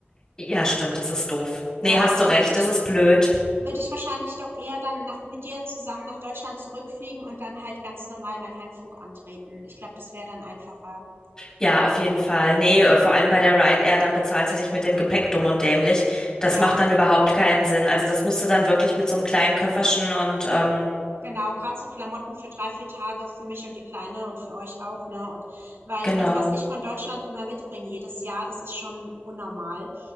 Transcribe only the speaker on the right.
Na,
dann
würde ich
würde ich wahrscheinlich doch eher dann nach, mit dir zusammen nach Deutschland zurückfliegen und dann halt ganz normal meinen Heimflug antreten. Ich glaube, das wäre dann einfacher.
Ja,
genau. Gerade so Klamotten für drei, vier Tage für mich und die Kleine und für euch auch, ne? Und weil,
also was ich von Deutschland immer mitbringe jedes Jahr, das ist schon unnormal.